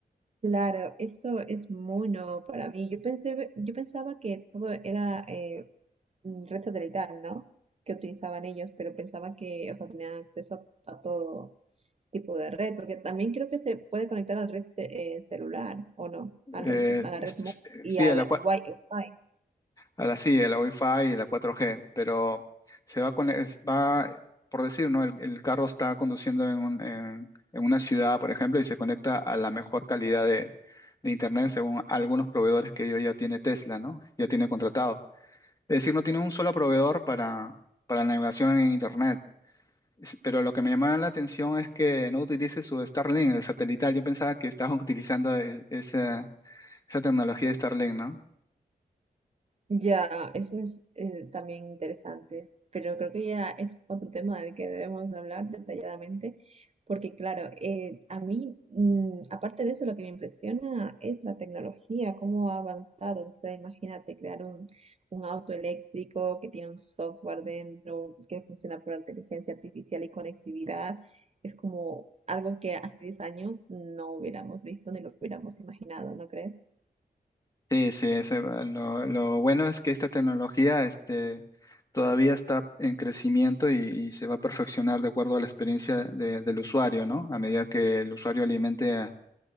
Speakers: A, on the right (about 40°); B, on the left (about 20°).
A: claro, eso es mono para mí. Yo pensé, yo pensaba que todo era eh, mm, red satelital, ¿no? Que utilizaban ellos, pero pensaba que, o sea, tenían acceso a, a todo. tipo de red, porque también creo que se puede conectar a la red ce- eh, celular, ¿o no? Al
B: Eh,
A: red- a la
B: es-
A: red móvil
B: es-
A: y
B: sí,
A: al
B: a la, cual
A: Wi-Fi.
B: a la sí, a la Wi-Fi y la 4G, pero se va con, es- va, por decir, ¿no? El, el carro está conduciendo en, un- en- en una ciudad, por ejemplo, y se conecta a la mejor calidad de, de internet según algunos proveedores que ellos ya tiene Tesla, ¿no? Ya tiene contratado. Es decir, no tiene un solo proveedor para, para la navegación en internet. Es- Pero lo que me llamaba la atención es que no utilice su Starlink, el satelital. Yo pensaba que estaban <laughs> utilizando e- esa, esa tecnología de Starlink, no
A: Ya, eso es eh, también interesante, pero creo que ya es otro tema del que debemos hablar detalladamente, porque claro, eh, a mí, mm, aparte de eso, lo que me impresiona es la tecnología, cómo ha avanzado. O sea, imagínate crear un, un auto eléctrico que tiene un software dentro, que funciona por inteligencia artificial y conectividad. Es como algo que hace 10 años no hubiéramos visto ni lo hubiéramos imaginado, ¿no crees? <laughs>
B: Sí, sí, ese va- lo, lo bueno es que esta tecnología este, todavía está en crecimiento y, y se va a perfeccionar de acuerdo a la experiencia de- del usuario, ¿no? A medida que el usuario alimente a,